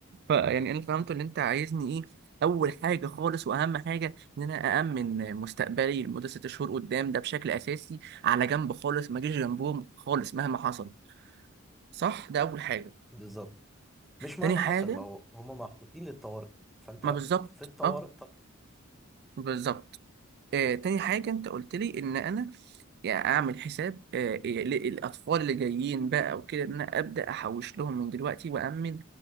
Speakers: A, on the right; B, in the centre.
A: فيعني أنا فهمته إن أنت عايزني إيه أول حاجة خالص وأهم حاجة إن أنا أأمن مستقبلي لمدة ست شهور قدام ده بشكل أساسي على جنب خالص ما أجيش جنبهم خالص مهما حصل صح ده أول حاجة
B: بالظبط مش مهما
A: تاني حاجة
B: حصل ما هو هما محطوطين للطوارئ فانت
A: ما بالظبط
B: في الطوارئ
A: أه بالظبط آه، تاني حاجة انت قلت لي ان انا يعني اعمل حساب آه، ل- الاطفال اللي جايين بقى وكده ان انا ابدا احوش لهم من دلوقتي وامن